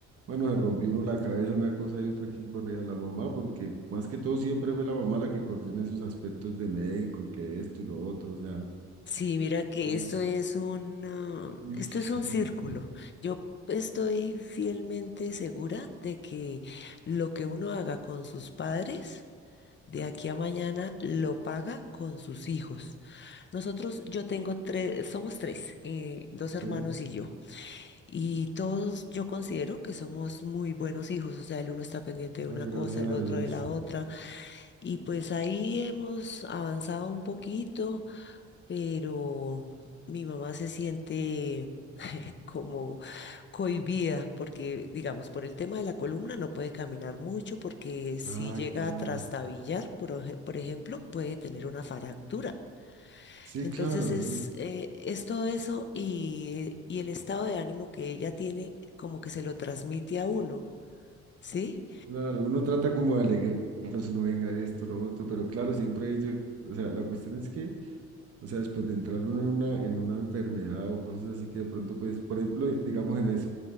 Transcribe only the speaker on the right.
Bueno, se rompió uno la cabeza, una cosa y otra, ¿quién corría? La mamá, porque más que todo siempre fue la mamá la que corrió en esos aspectos de médico y que esto y lo otro, o sea,
es,
uy,
es-
sí.
Ah,
gracias
a
Dios.
Ah,
claro.
Sí,
claro,
eso-
claro. Uno trata como de alegrarlos, uno venga esto, lo otro, pero claro, siempre ellos, o sea, la cuestión es que, o sea, después de entrar uno en una, en una enfermedad o cosas así que de pronto, pues, por ejemplo, digamos en eso,